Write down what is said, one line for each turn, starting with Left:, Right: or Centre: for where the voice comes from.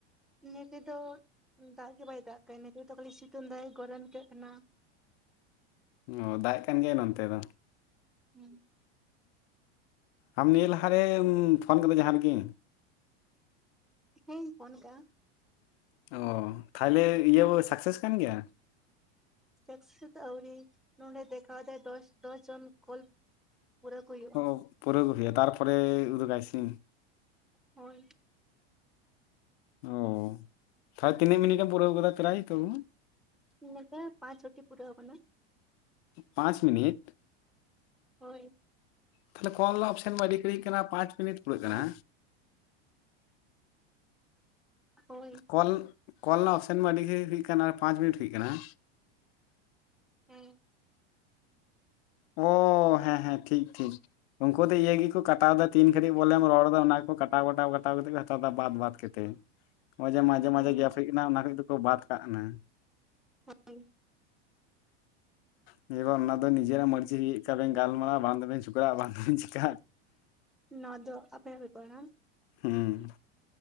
Centre: ᱤᱱᱟᱹ ᱛᱮᱫᱚ ᱫᱟᱜ ᱜᱮ ᱵᱟᱭ ᱫᱟᱜ ᱠᱟᱜ-ᱟ, ᱤᱱᱟᱹ ᱛᱮᱫᱚ ᱠᱷᱟᱹᱞᱤ ᱥᱤᱛᱩᱝ ᱫᱟᱭ ᱜᱚᱨᱚᱱ ᱟᱹᱭᱠᱟᱹᱜ ᱠᱟᱱᱟ᱾
Left: ᱚ, ᱫᱟᱜ ᱮᱜ ᱠᱟᱱ ᱜᱮᱭᱟᱭ ᱱᱚᱱᱛᱮ ᱫᱚ᱾
Centre: ᱦᱩᱸ᱾
Left: ᱟᱢ ᱱᱤᱭᱟᱹ ᱞᱟᱦᱟᱨᱮᱢ ᱯᱷᱳᱱ ᱠᱟᱫᱟ ᱡᱟᱦᱟᱸ ᱨᱮᱜᱮ?
Centre: ᱦᱮᱧ ᱯᱷᱳᱱ ᱡᱟᱜ-ᱟ᱾
Left: ᱚ, ᱛᱟᱦᱞᱮ ᱤᱭᱟᱹ ᱥᱟᱠᱥᱮᱥ ᱠᱟᱱ ᱜᱮᱭᱟ?
Centre: ᱥᱟᱠᱟᱮᱹᱥ ᱫᱚ ᱟᱹᱣᱨᱤ ᱱᱚᱸᱰᱮ ᱫᱮᱠᱷᱟᱣ ᱫᱟᱭ ᱫᱚᱥ ᱫᱚᱥ ᱡᱚᱱ ᱠᱚᱞ ᱯᱩᱨᱟᱹᱣ ᱠᱚ ᱦᱩᱭᱩᱜᱼᱟ
Left: ᱚ, ᱯᱩᱨᱟᱹᱣ ᱠᱚ ᱦᱩᱭᱩᱜ-ᱟ, ᱛᱟᱨᱯᱚᱨᱮ ᱩᱫᱩᱜᱟᱭ ᱥᱤ
Centre: ᱦᱳᱭ
Left: ᱚ, ᱛᱟᱦᱞᱮ ᱛᱤᱱᱟᱹᱜ ᱢᱤᱱᱤᱴᱮᱢ ᱯᱩᱨᱟᱹᱣ ᱠᱟᱫᱟ ᱯᱨᱟᱭ ᱛᱚᱵᱩ?
Centre: ᱱᱚᱝᱠᱟ ᱯᱟᱸᱪ ᱪᱷᱚᱴᱤ ᱯᱩᱨᱟᱹᱣ ᱠᱟᱱᱟ᱾
Left: ᱯᱟᱸᱪ ᱢᱤᱱᱤᱴ?
Centre: ᱦᱳᱭ᱾
Left: ᱛᱟᱦᱞᱮ ᱠᱚᱞ ᱨᱮᱱᱟᱜ ᱚᱯᱥᱮᱱ ᱢᱟ ᱟᱹᱰᱤ ᱜᱷᱟᱲᱤᱡ ᱠᱟᱱᱟ, ᱯᱟᱸᱪ ᱢᱤᱱᱤᱴ ᱯᱩᱨᱟᱹᱜ ᱠᱟᱱᱟ᱾
Centre: ᱟᱸ ᱦᱳᱭ᱾
Left: ᱠᱚᱞ, ᱠᱚᱞ ᱨᱮᱱᱟᱜ ᱚᱯᱥᱮᱱ ᱢᱟ ᱟᱹᱰᱤᱜᱮ ᱠᱟᱱᱟ ᱟᱨ ᱯᱟᱸᱪ ᱢᱤᱱᱤᱴᱳ ᱠᱟᱱᱟ ᱵᱟᱝ?
Centre: ᱦᱮᱸ᱾
Left: ᱚ, ᱦᱮᱸ ᱦᱮᱸ, ᱴᱷᱤᱠ ᱴᱷᱤᱠ᱾ ᱩᱱᱠᱩ ᱫᱚ ᱤᱧᱟᱹᱜ ᱜᱮᱠᱚ ᱠᱟᱴᱟᱣᱫᱟ ᱛᱤᱱ ᱜᱷᱟᱹᱲᱤᱡ ᱵᱚᱞᱮᱢ ᱨᱚᱲᱮᱫᱟ ᱚᱱᱟ ᱜᱮᱠᱚ ᱠᱟᱴᱟᱣ ᱠᱟᱴᱟᱣ ᱠᱟᱴᱟᱣ ᱠᱟᱛᱮ ᱠᱚ ᱦᱟᱛᱟᱣ ᱮᱫᱟ ᱵᱟᱫ ᱵᱟᱫ ᱠᱟᱛᱮ᱾ ᱛᱮ, ᱱᱚᱜᱼᱚᱭ ᱡᱮ ᱢᱟᱡᱷᱮ
Centre: ᱦᱩᱸ
Left: ᱢᱟᱡᱷᱮ ᱜᱮᱯ ᱦᱩᱭᱩᱜ ᱠᱟᱱᱟ ᱚᱱᱟ ᱠᱚᱡ ᱫᱚᱠᱚ ᱵᱟᱫ ᱠᱟᱜ ᱠᱟᱱᱟ᱾
Centre: ᱦᱳᱭ᱾
Left: ᱤᱧ ᱫᱚ ᱚᱱᱟ ᱫᱚ ᱱᱤᱡᱮᱨᱟᱜ ᱢᱟᱨ ᱡᱤ ᱪᱮᱫᱠᱟᱵᱮᱱ ᱜᱟᱞᱢᱟᱨᱟᱣ ᱵᱟᱝ ᱫᱚᱵᱮᱱ ᱡᱷᱚᱠᱲᱟᱜ ᱵᱟᱝ ᱫᱚᱵᱮᱱ ᱪᱤᱠᱟᱜ
Centre: ᱱᱚᱣᱟ ᱫᱚ ᱟᱯᱮᱭᱟᱜ ᱵᱮᱯᱟᱨ ᱵᱟᱝ
Left: ᱦᱩᱸ᱾